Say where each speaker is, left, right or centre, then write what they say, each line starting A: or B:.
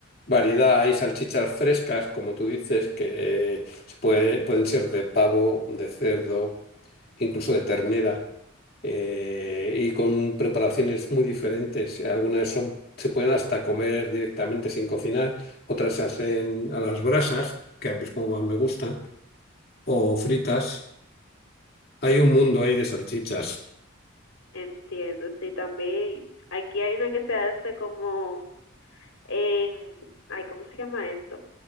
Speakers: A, on the left; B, on the left.
A: variedad, hay salchichas frescas, como tú dices, que se puede- pueden ser de pavo, de cerdo. incluso de ternera, eh, y con preparaciones muy diferentes. Algunas son, se pueden hasta comer directamente sin cocinar, otras se hacen a las brasas, que a mí es como más me gustan, o fritas. Hay un mundo ahí de salchichas.
B: Entiendo, sí, también aquí hay una que se hace como en, ay, ¿cómo se llama esto?